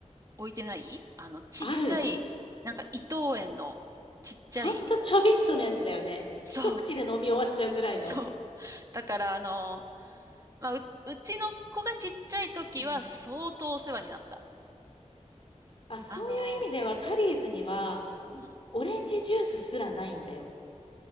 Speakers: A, on the right (about 30°); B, on the left (about 50°).
A: 置いてないあの、ちっちゃい、
B: ある。
A: なんか伊藤園のちっちゃい、
B: ほんとちょびっとのやつだよね。
A: そう、
B: 一口で飲み終わっちゃうぐらいの。
A: そう。だから、あの、まあ、う、うちの子がちっちゃい時は相当お世話になった。
B: うん。あ、そういう意味ではタリーズには
A: あの、うん。
B: オレンジジュースすらないんだよ。